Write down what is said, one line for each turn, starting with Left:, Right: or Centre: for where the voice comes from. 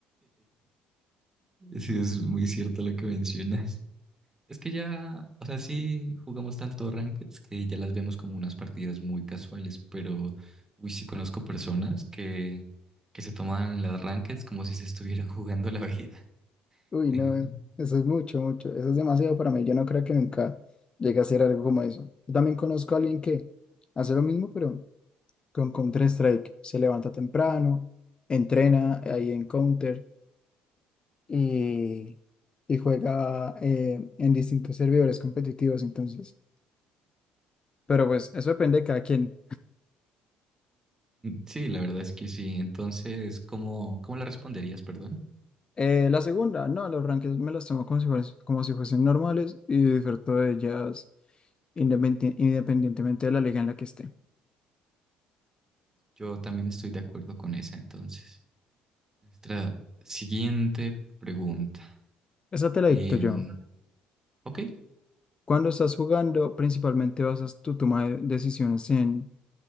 Right: Sí, es muy cierto lo que mencionas. Es que ya, o sea, sí jugamos tanto rankeds que ya las vemos como unas partidas muy casuales, pero uy, sí conozco personas que, que se toman las rankeds como si se estuvieran <laughs> jugando la vida.
Left: Uy,
Right: <laughs>
Left: no, eso es mucho, mucho, eso es demasiado para mí. Yo no creo que nunca llegue a hacer algo como eso. Yo también conozco a alguien que hace lo mismo, pero con Counter-Strike. Se levanta temprano, entrena ahí en Counter y, y juega eh, en distintos servidores competitivos, entonces. Pero pues eso depende de cada quien.
Right: Sí, la verdad es que sí. Entonces, ¿cómo, cómo la responderías, perdón?
Left: Eh, la segunda, no, los rankings me los tomo como si fues- como si fuesen normales y disfruto de ellas independi- independientemente de la liga en la que esté.
Right: Yo también estoy de acuerdo con esa, entonces. Nuestra siguiente pregunta.
Left: Esa te la
Right: Em,
Left: dicto yo.
Right: ok.
Left: Cuando estás jugando, principalmente basas tu toma de decisiones en